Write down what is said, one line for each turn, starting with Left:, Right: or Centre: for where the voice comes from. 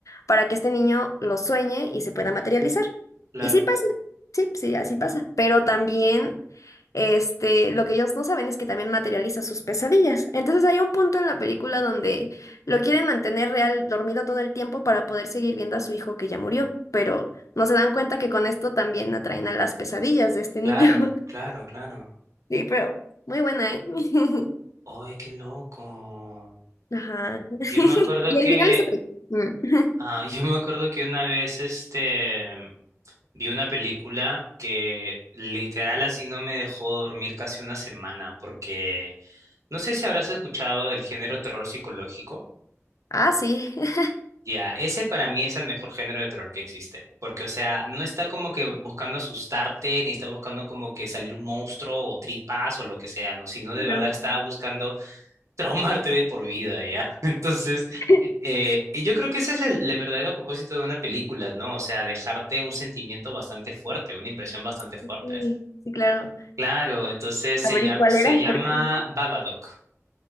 Left: para que este niño lo sueñe y se pueda materializar.
Right: Claro,
Left: Y sí pasa, sí, sí, así pasa. Pero también este, lo que ellos no saben es que también materializa sus pesadillas. Entonces hay un punto en la película donde lo quieren mantener real, dormido todo el tiempo para poder seguir viendo a su hijo que ya murió, pero no se dan cuenta que con esto también atraen a las pesadillas de este
Right: claro,
Left: niño. <laughs>
Right: claro, claro.
Left: Sí, pero muy buena, ¿eh? <laughs>
Right: ¡Ay, qué loco!
Left: Ajá. <laughs>
Right: Yo me acuerdo
Left: Y
Right: que
Left: el final es otro. Mm. <laughs>
Right: Ah, yo me acuerdo que una vez este vi una película que literal así no me dejó dormir casi una semana porque no sé si habrás escuchado del género terror psicológico.
Left: Ah, sí. <laughs>
Right: Ya, ese para mí es el mejor género de terror que existe, porque o sea, no está como que buscando asustarte, ni está buscando como que salir un monstruo o tripas o lo que sea, no, sino de
Left: No.
Right: verdad está buscando traumarte de por vida, ¿ya? <laughs> Entonces,
Left: <laughs>
Right: eh, y yo creo que ese es el, el verdadero propósito de una película, ¿no? O sea, dejarte un sentimiento bastante fuerte, una impresión bastante fuerte.
Left: Sí, sí, claro.
Right: Claro, entonces se
Left: A ver,
Right: llama,
Left: ¿y cuál
Right: se
Left: era?
Right: llama
Left: Porque...
Right: Babadook.